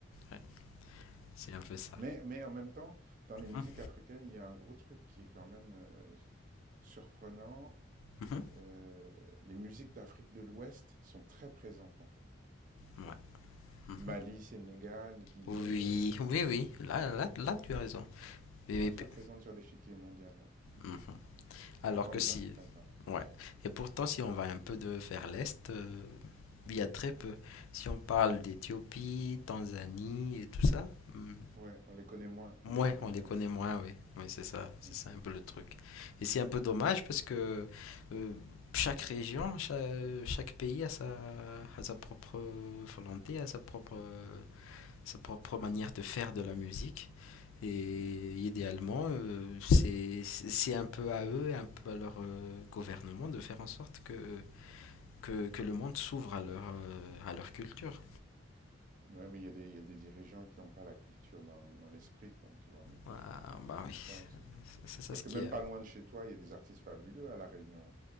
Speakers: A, on the left; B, on the right.
A: ouais, c'est un peu ça.
B: Mais mais en même temps, dans les musiques
A: Mhm,
B: africaines, il y a un gros truc qui est quand même, heu, surprenant,
A: mhm,
B: heu, les musiques d'Afrique de l'Ouest sont très présentes, en fait.
A: ouais, mhm.
B: Mali, Sénégal, Guinée,
A: Oui,
B: heu,
A: oui, oui, oui. là, là, là,
B: sont
A: tu as raison. Oui,
B: Très,
A: oui,
B: très
A: puis-
B: présente sur l'échiquier mondial, hein.
A: mhm. Alors
B: Et pourtant
A: que
B: les
A: si,
B: gens comprennent pas.
A: ouais. Et pourtant, si on va un peu de vers l'est, euh, il y a très peu. Si on parle d'Éthiopie, Tanzanie et tout ça, hum,
B: Ouais, on les connaît moins,
A: ouais,
B: on les connaît
A: on
B: moins,
A: les connaît moins,
B: c'est
A: oui.
B: ça.
A: Oui, c'est ça, c'est
B: Mmh,
A: ça un peu le truc. Et c'est un peu dommage parce que euh, chaque région, cha- chaque, pays a sa, a sa propre volonté, a sa propre euh, sa propre manière de faire de la musique. Et
B: mmh mh.
A: idéalement, euh, c'est c'est un peu à eux et un peu à leur euh, gouvernement de faire en sorte que, que, que le monde s'ouvre à leur, euh, à leur culture.
B: Ouais, mais il y a des il y a des dirigeants qui n'ont pas la culture dans dans l'esprit, quoi, tu vois? Donc
A: Ah,
B: heu,
A: bah
B: c'est
A: oui,
B: ça aussi.
A: c'est ça
B: Parce
A: ce
B: que
A: qui
B: même
A: est.
B: pas loin de chez toi, il y a des artistes fabuleux à La Réunion,